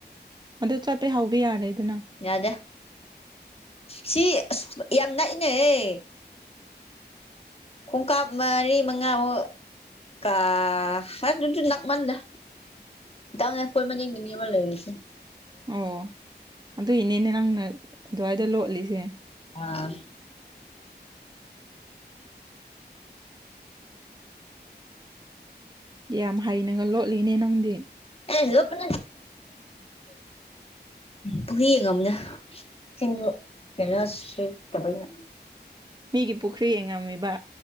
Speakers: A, on the right; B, on the left.
A: ꯑꯗ ꯆꯠꯄ ꯍꯥꯎꯕ ꯌꯥꯔꯦꯗꯅ
B: ꯌꯥꯗ ꯁꯤ ꯑꯁ ꯌꯥꯝ ꯅꯛꯏꯅꯦꯍ ꯈꯣꯡꯀꯥꯞ ꯃꯔꯤ ꯃꯉꯥꯃꯨꯛ ꯀ ꯑꯗꯨ ꯑꯗꯨꯗꯨ ꯅꯛꯃꯜꯗ ꯪ ꯑꯦꯈꯣꯏ ꯃꯅꯤ ꯀꯅꯤꯕ ꯂꯩꯦꯦ
A: ꯑꯣ ꯑꯗꯨ ꯏꯅꯦꯅꯦ ꯅꯪꯅ ꯑꯗꯨꯋꯥꯏꯗ ꯂꯣꯠꯂꯤꯁꯦ
B: ꯑꯥ
A: ꯌꯥꯝ ꯍꯩꯅꯒ ꯂꯣꯠꯂꯤꯅꯦ ꯅꯪꯗꯤ
B: ꯑꯦ ꯍꯂꯣ ꯄ ꯄꯨꯔꯤ ꯌꯦꯡꯝꯅ ꯏꯁꯤꯡꯁꯨ ꯀꯔ ꯁꯠꯇꯕꯩꯅ
A: ꯃꯤꯒꯤ ꯄꯨꯈ꯭ꯔꯤ ꯌꯦꯡꯉꯝꯃꯤꯕ